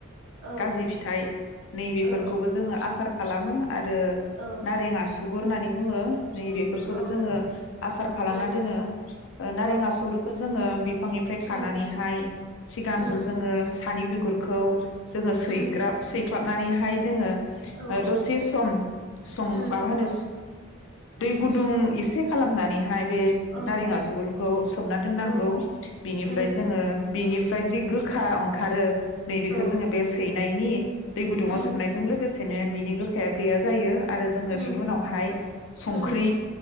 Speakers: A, on the right; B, on the left.
A: औ
B: खाजि फिथाइ नै बेफोरखौबो
A: औ
B: जोङो आसार खालामो आरो
A: औ
B: नारें आसु गुर होननानै बुङो। नैबेफोरखौबो
A: औ
B: जोङो आसार खालामना
A: उम
B: दोनो नारें
A: औ
B: आसुगुरखो जोङो बिफांनिफ्राय खानानैहाय
A: उम
B: सिगांग्रो
A: उम
B: जोङो। सानि बिगुरखौ जोङो सैग्राब
A: उम
B: सै ख्लाबनानैहाय जोङो
A: औ
B: दसे सम सं
A: उम
B: माबा होनो दै गुदुं
A: उम
B: एसे खालामनानैहाय बे
A: औ
B: नारें आसुगुरखौ सोमना दोननांगौ
A: औ
B: बिनिफ्राय
A: उम
B: जोङो बिनिफ्राय जि गो <unintelligible> ओंखारो नैबेखो
A: औ
B: जोङो बे सै नायनि दै गुदुङाव
A: उम
B: सोमनायजों लोगोसे बिनो बिनि गोखाया गैया जायो आरो जोङो
A: उम
B: बिनि उनावहाय संख्रि
A: उम